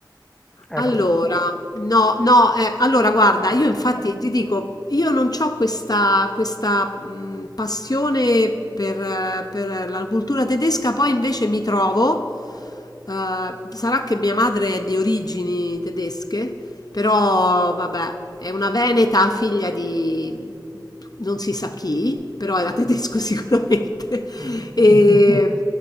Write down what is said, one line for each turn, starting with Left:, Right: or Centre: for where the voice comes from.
Centre: ecco,
Left: Allora,
Centre: ti-
Left: no, no, eh, allora guarda,
Centre: ecco.
Left: io infatti ti dico, io non ho questa, questa, mh, passione per, eh, per la cultura tedesca, poi invece mi trovo, eh, sarà che mia madre è di origini tedesche, però vabbè, è una veneta figlia di non si sa chi, però era tedesco <laughs> sicuramente.
Centre: <laughs>
Left: E,